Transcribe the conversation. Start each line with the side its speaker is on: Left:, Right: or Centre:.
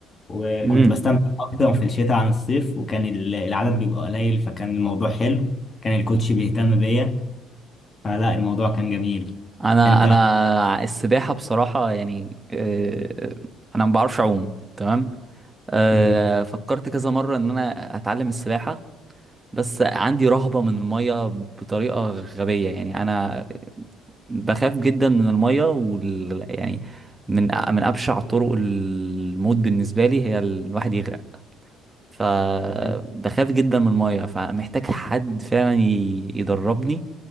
Left: وكنت
Right: امم
Left: بستمتع أكتر في الشتاء عن الصيف وكان ال- العدد بيبقى قليل فكان الموضوع حلو كان الكوتش بيهتم بيا فلا الموضوع كان جميل
Right: انا
Left: أنت
Right: انا السباحه بصراحه يعني آه، انا ما بعرفش اعوم تمام آه،
Left: مم.
Right: فكرت كذا مره ان انا اتعلم السباحه بس عندي رهبة من المية بطريقة غبية يعني أنا بخاف جدا من المية وال... يعني من من أبشع طرق الموت بالنسبة لي هي الواحد يغرق فبخاف
Left: <laughs>
Right: جدا من المية فمحتاج حد فعلا ي... يدربني